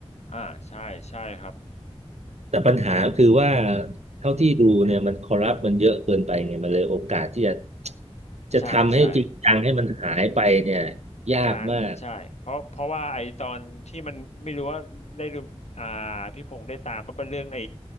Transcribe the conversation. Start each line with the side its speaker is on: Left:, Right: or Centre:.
Left: อ่าใช่ใช่ครับ
Right: แต่ปัญหาคือว่าเท่าที่ดูเนี่ยมันคอร์รัปมันเยอะเกินไปไงมันเลยโอกาสที่จะจะทำให้จริงจังให้มันหายไปเนี่ย
Left: ใช่ใช่
Right: ยากมาก
Left: ยากใช่เพราะเพราะว่าไอตอนที่มันไม่รู้ว่าได้ดูอ่าพี่พงษ์ได้ตามว่าเป็นเรื่องไอ